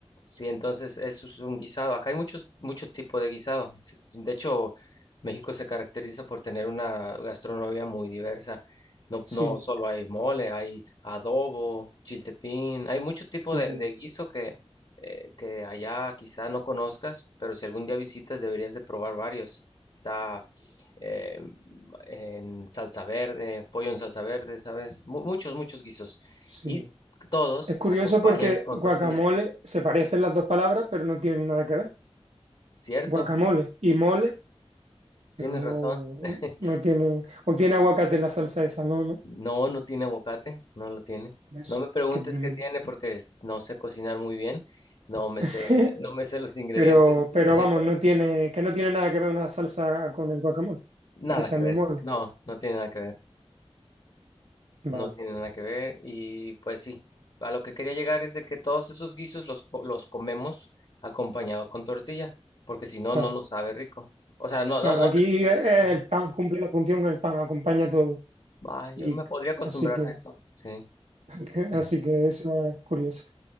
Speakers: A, on the left; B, on the right.
A: Sí, entonces eso es un guisado. Acá hay muchos, muchos tipos de guisado. S- s- De hecho, México se caracteriza por tener una gastronomía muy diversa. No,
B: Sí,
A: no solo hay mole, hay adobo, chiltepín, hay mucho tipo
B: sí,
A: de, de guiso que, eh, que allá quizá no conozcas, pero si algún día visitas deberías de probar varios. Está eh, en salsa verde, pollo en salsa verde, ¿sabes? Mu- muchos, muchos guisos.
B: sí.
A: Y todos
B: Es curioso
A: se acompañan
B: porque
A: con
B: guacamole
A: tortilla,
B: se parecen las dos palabras, pero no tienen nada que ver.
A: ¿cierto?
B: Guacamole y mole,
A: Tienes
B: pero no,
A: razón. <laughs>
B: no tiene. O tiene aguacate la salsa esa, no, no.
A: No, no tiene aguacate, no lo tiene.
B: por Eso.
A: No me preguntes
B: Que no-
A: qué tiene porque s- no sé cocinar muy bien. No me
B: <laughs>
A: sé, no me sé los ingredientes.
B: Pero, pero
A: <laughs>
B: vamos, no tiene, que no tiene nada que ver una salsa con el guacamole,
A: Nada
B: aunque se
A: que
B: llame
A: ver.
B: mole.
A: No, no tiene nada que ver.
B: Vale.
A: No tiene nada que ver. Y pues sí, a lo que quería llegar es de que todos esos guisos los, co- los comemos acompañado con tortilla, porque si no,
B: Claro,
A: no nos sabe rico. O sea, no,
B: claro.
A: no, no.
B: Aquí
A: que-
B: eh, eh,
A: Ajá.
B: el pan cumple la función que el pan acompaña todo.
A: Ah, yo
B: Y
A: me podría acostumbrar
B: así que,
A: a eso. Sí.
B: <laughs>
A: <laughs>
B: así que eso es curioso.